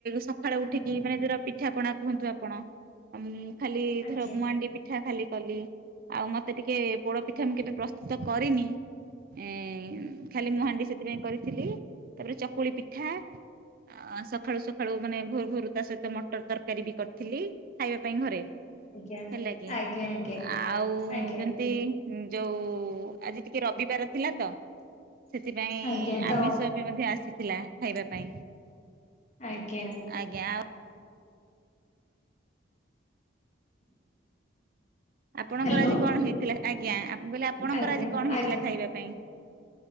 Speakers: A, on the right (about 50°); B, on the left (about 35°).
A: ସଖାଳ ଉଠିକି
B: ଆଜ୍ଞା
A: ମାନେ ଧର ପିଠା ପଣା କୁହନ୍ତୁ ଆପଣ ଖାଲି
B: ଆଜ୍ଞା
A: ଧର ମୁଆଣ୍ଡି ପିଠା ଖାଲି କଲି ଆଉ ମତେ ଟିକେ ପୋଡ଼ ପିଠା ମୁଁ କେବେ ପ୍ରସ୍ତୁତ କରିନି ଏ ଖାଲି ମୁହାଣ୍ଡି ସେଥିପାଇଁ କରିଥିଲି ତାପରେ ଚକୁଳି ପିଠା ଅ ସଖାଳୁ ସଖାଳୁ ମାନେ ଭୋର ଭୋରୁ ତାସହିତ ମଟର ତରକାରୀବି କରିଥିଲି ଖାଇବା ପାଇଁ ଘରେ
B: ଆଜ୍ଞା
A: ହେଲାକି
B: ଆଜ୍ଞା ଆଜ୍ଞା
A: ଆଉ
B: ଆଜ୍ଞା
A: ଯେମିତି ଯୋଉ ଆଜି ଟିକେ ରବିବାର ଥିଲାତ ସେଥିପାଇଁ
B: ଆଜ୍ଞା ତ
A: ଆମିଷବି ମଧ୍ୟ ଆସିଥିଲା ଖାଇବା ପାଇଁ
B: ଆଜ୍ଞା।
A: ଆଜ୍ଞା ଆଉ ଆପଣଙ୍କର
B: ହ୍ୟାଲୋ
A: ଆଜି କଣ ହେଇଥିଲା ଆଜ୍ଞା ଆ ମୁଁ କହିଲି ଆପଣଙ୍କର
B: ଆଜ୍ଞା
A: ଆଜି କଣ ହେଇଥିଲା
B: ଆଜ୍ଞା
A: ଖାଇବା ପାଇଁ?